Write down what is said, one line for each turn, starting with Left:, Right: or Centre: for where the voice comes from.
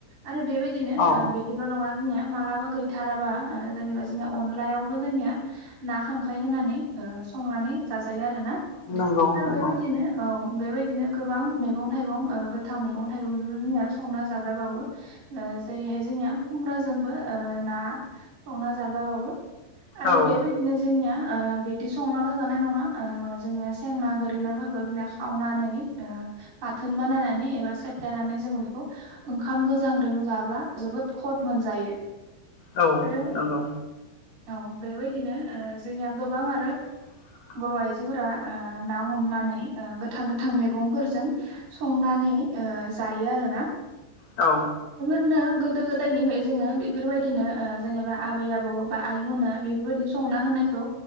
Right: आरो बेबायदिनो
Left: औ
Right: बिदिल' नङा।। जोनिया मालाबा गैथाराबा ओ जेनेवा अनलायावबो ना खांख्राय होनानै ओ सं संनानै जाजायो आरोना
Left: नंगौ
Right: आरो
Left: नंगौ
Right: बेबायदिनो औ बेबायदिनो गोबां मैगं थाइगं ओ गोथां मैगं थाइगं जोंनो जोंनिया संना जाजाबावो ओ जेरैहाय जोंनिया खुम्ब्राजों जोंबो ओ ना संना जाजाबावो आरो
Left: औ
Right: बेबायदिनो जोंनिया ओ बिदि संनाल' जानाय नङा ओ जोंनि सेंना गोरिनाफोरखौ खावनानै बाथोन बानायनानै एबा सेफ्लेनानै जों बेखौ ओंखाम गोजांदों जाब्ला जोबोद खद मोनजायो।।
Left: औ
Right: आरो
Left: नंगौ।
Right: औ बेबायदिनो जोंनिया गोबां आरो
Left: <inaudible>
Right: बर' आइजोफोरा ओ ना हमनानै ओ गोथां गोथां मैगंफोरजों संनानै ओ जायो आरो ना।
Left: औ
Right: नो गोदो गोदायनिफ्राय जोङो बेफोरबायदिनो ओ जेनेबा आबै आबौ बा आइमोना बेफोरबायदि सम संना होनायखौ